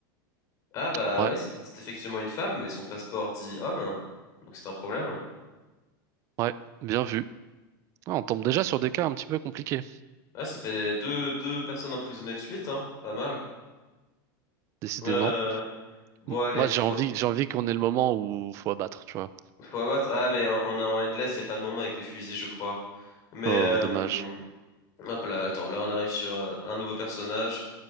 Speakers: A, on the left (about 30°); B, on the right (about 25°).
A: Ah bah
B: Ouais,
A: ouais, c'est c'est effectivement une femme, mais son passeport dit homme. hein. Donc c'est un problème.
B: ouais. Bien vu. Ah, on tombe déjà sur des cas un petit peu compliqués,
A: Ah, ça fait deux, deux personnes emprisonnées de suite, hein. Pas mal.
B: décidément.
A: Euh... Bon,
B: M-
A: allez,
B: Moi, j'ai
A: trop...
B: envie, j'ai envie qu'on ait le moment où faut abattre, tu vois.
A: faut abattre. Ah, mais on, on est en endless, y a pas de moment avec les fusils, je crois. Mais
B: Oh,
A: euh...
B: dommage.
A: hop là, attends, là on arrive sur euh, un nouveau personnage.